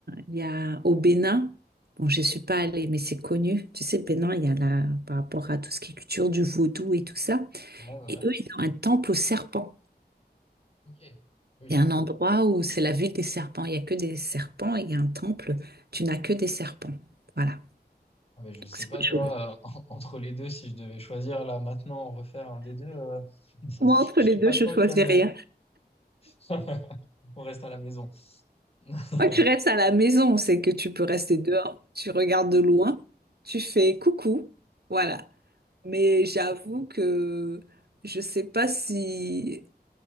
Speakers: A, on the right; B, on the left.
A: il y a au Bénin, bon, je ne suis pas allée, mais c'est connu. Tu sais, le Bénin, il y a là, par rapport à tout ce qui est culture du vaudou et tout ça.
B: Ouais, ouais,
A: Et
B: ouais.
A: eux, ils ont un temple aux serpents.
B: Ok. Oui.
A: Il y a un endroit où c'est la ville des serpents. Il n'y a que des serpents et il y a un temple. Tu n'as que des serpents. Voilà.
B: Ah, Mais je
A: Donc,
B: sais
A: c'est
B: pas,
A: autre
B: tu
A: chose.
B: vois, euh, <laughs> entre les deux, si je devais choisir là maintenant, refaire un des deux, euh, <laughs> je
A: Moi, entre
B: sais
A: les deux,
B: pas
A: je
B: trop
A: choisis
B: lequel. euh,
A: rien.
B: <laughs> On reste à la maison. <laughs>
A: Moi, tu restes à la maison, c'est que tu peux rester dehors. Tu regardes de loin. Tu fais coucou. Voilà. Mais j'avoue que je sais pas si...